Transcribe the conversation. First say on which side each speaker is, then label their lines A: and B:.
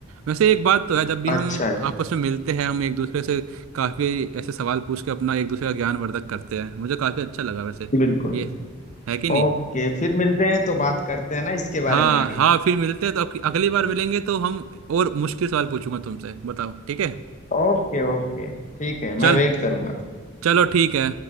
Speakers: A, on the right; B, on the left.
A: वैसे एक बात तो है जब भी
B: अच्छा
A: हम
B: अच्छा,
A: आपस में मिलते हैं हम एक दूसरे से काफी ऐसे सवाल पूछ के अपना एक दूसरे का ज्ञानवर्धक करते हैं मुझे काफी अच्छा लगा वैसे
B: बिल्कुल
A: ये है कि नहीं
B: ओके फिर मिलते हैं तो बात करते हैं ना इसके
A: हाँ
B: बारे में आगे
A: हाँ फिर मिलते हैं तो अब अगली बार मिलेंगे तो हम और मुश्किल सवाल पूछूंगा तुमसे बताओ ठीक है
B: ओके ओके ठीक है
A: चल
B: मैं वेट करूंगा
A: चलो ठीक है